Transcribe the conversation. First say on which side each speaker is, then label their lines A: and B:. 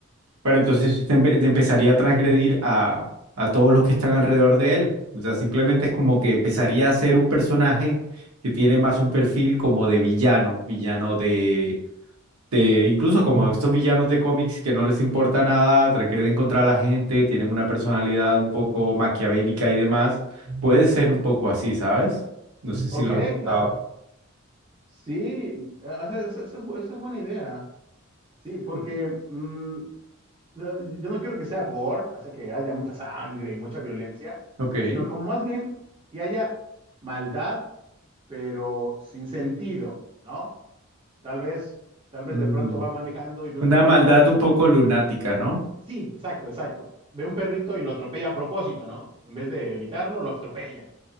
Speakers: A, on the right; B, on the right.
A: pero entonces te, empe- te empezaría a transgredir a, a todos los que están alrededor de él, o sea, simplemente es como que empezaría a ser un personaje que tiene más un perfil como de villano, villano de de incluso como estos villanos de cómics que no les importa nada, transgreden contra la gente, tienen una personalidad un poco maquiavélica y demás, puede ser un poco así, ¿sabes? No sé si
B: Ok,
A: lo has pensado.
B: claro. Sí, eh, esa, esa- esa es, bu- esa es buena idea. Sí, porque mm, eh, yo no quiero que sea gore, o sea, que haya mucha sangre, mucha violencia,
A: Ok.
B: sino como más bien que haya maldad, pero sin sentido, ¿no? Tal vez, tal vez
A: Mm,
B: de pronto va manejando y ve
A: Una
B: un perrito
A: maldad
B: y...
A: un poco lunática, ¿no?
B: Sí, exacto, exacto. Ve un perrito y lo atropella a propósito, ¿no? En vez de evitarlo, lo atropella.